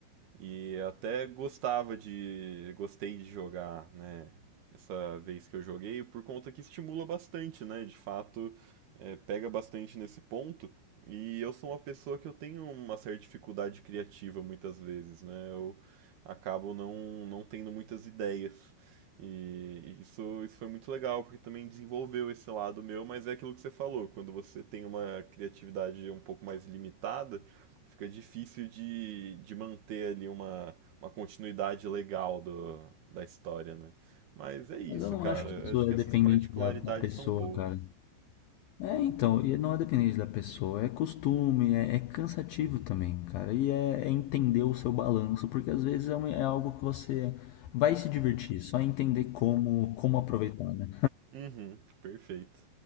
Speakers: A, on the right (about 65°); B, on the left (about 80°).
A: E até gostava de. Gostei de jogar, né? Essa vez que eu joguei, por conta que estimula bastante, né? De fato, é, pega bastante nesse ponto. E eu sou uma pessoa que eu tenho uma certa dificuldade criativa muitas vezes, né? Eu acabo não, não tendo muitas ideias. E isso, isso foi muito legal, porque também desenvolveu esse lado meu, mas é aquilo que você falou, quando você tem uma criatividade um pouco mais limitada, fica difícil de, de manter ali uma, uma continuidade legal do, da história, né? Mas é isso,
B: Mas eu não
A: cara.
B: acho que
A: eu
B: isso
A: Acho que
B: é
A: essas
B: dependente
A: particularidades
B: da, da pessoa,
A: são boas.
B: cara. É, então, e não é dependente da pessoa, é costume, é, é cansativo também, cara. E é, é entender o seu balanço, porque às vezes é, uma- é algo que você vai se divertir, só entender como, como aproveitar, né?
A: Uhum, perfeito.